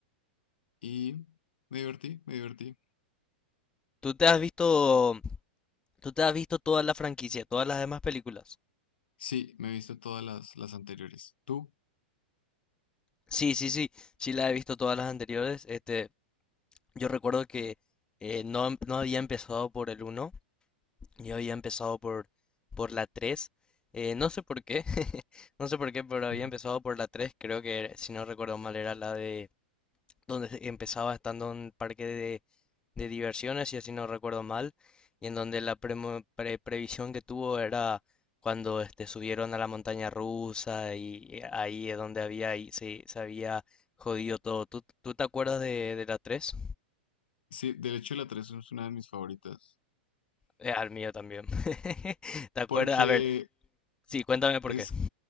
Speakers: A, on the left (about 75°); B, on the left (about 15°).
A: y me divertí, me divertí.
B: ¿Tú te has visto, tú te has visto toda la franquicia, todas las demás películas?
A: Sí, me he visto todas las, las anteriores. ¿Tú?
B: Sí, sí, sí, sí la he visto todas las anteriores. Este, Yo recuerdo que eh, no, em- no había empezado por el uno, yo había empezado por, por la 3. eh, no sé por qué, <laughs> no sé por qué, pero había
A: Ujú.
B: empezado por la 3. Creo que, era- si no recuerdo mal, era la de donde se- empezaba estando en un parque de, de diversiones, y así no recuerdo mal. Y en donde la premo- pre- previsión que tuvo era cuando este, subieron a la montaña rusa y ahí es donde había, y se, se había jodido todo. ¿Tú, tú te acuerdas de, de la 3?
A: Sí, del hecho la 3 es una de mis favoritas.
B: Eh, al mío también. <laughs> ¿Te acuerdas?
A: Porque
B: A ver, sí, cuéntame por
A: es,
B: qué.